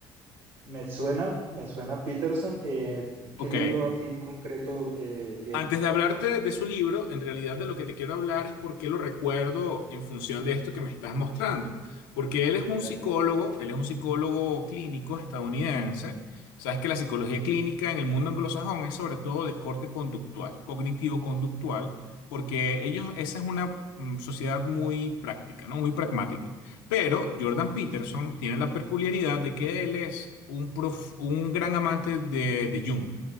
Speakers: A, on the right; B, on the left.
A: Me suena, me suena Peterson. eh, ¿qué
B: Ok,
A: libro así en concreto eh, tienes?
B: antes de hablarte de su libro, en realidad de lo que te quiero hablar es por qué lo recuerdo en función de esto que me estás mostrando. Porque él es un
A: Dale.
B: psicólogo, él es un psicólogo clínico estadounidense. Sabes que la psicología clínica en el mundo anglosajón es sobre todo de corte conductual, cognitivo-conductual, porque ellos, esa es una mm, sociedad muy práctica, ¿no? Muy pragmática. Pero Jordan Peterson tiene la peculiaridad de que él es un, prof- un gran amante de, de Jung